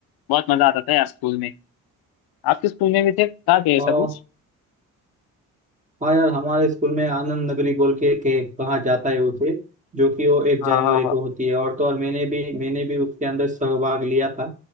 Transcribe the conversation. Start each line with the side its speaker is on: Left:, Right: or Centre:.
Left: बहुत मजा आता था यार स्कूल में आपके स्कूल में भी थे था क्या ऐसा
Right: हाँ
Left: कुछ
Right: हाँ यार हमारे स्कूल में आनंद नगरी बोल के, के कहा जाता है उसे जो कि वो एक
Left: हाँ
Right: जनवरी
Left: हाँ हाँ
Right: को होती है और तो और मैंने भी मैंने भी उसके अंदर सहभाग लिया था